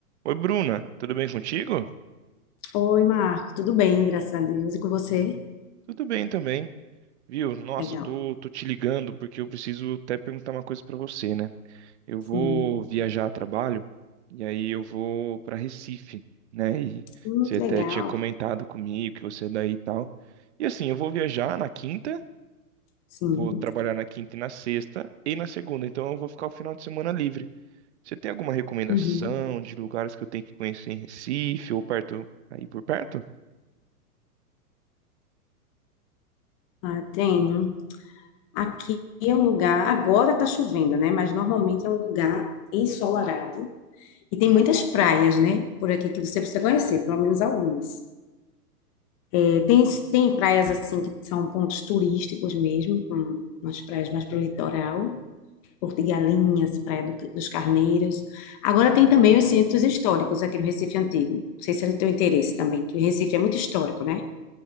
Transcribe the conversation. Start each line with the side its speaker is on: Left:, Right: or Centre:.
Right: Oi, Bruna, tudo bem contigo?
Left: Oi, Marco, tudo bem, graças a Deus. E com você?
Right: Tudo bem também, viu? Nossa,
Left: Legal.
Right: tô, tô te ligando porque eu preciso até perguntar uma coisa pra você, né? Eu
Left: Sim.
Right: vou viajar a trabalho e aí eu vou pra Recife, né? E
Left: Hum,
Right: você até
Left: legal.
Right: tinha comentado comigo que você é daí e tal. E assim, eu vou viajar na quinta,
Left: Sim.
Right: vou trabalhar na quinta e na sexta e na segunda, então eu vou ficar o final de semana livre. Você tem alguma recomendação
Left: Uhum.
Right: de lugares que eu tenho que conhecer em Recife ou perto, aí por perto?
Left: Ah, tenho. Aqui é um lugar, agora tá chovendo, né? Mas normalmente é um lugar ensolarado. E tem muitas praias, né? Por aqui que você precisa conhecer, pelo menos algumas. É, tem, tem praias assim que são pontos turísticos mesmo, com umas praias mais pro litoral. Porto de Galinhas, Praia do- dos Carneiros. Agora tem também os centros históricos aqui no Recife Antigo. Não sei se é do teu interesse também, que o Recife é muito histórico, né?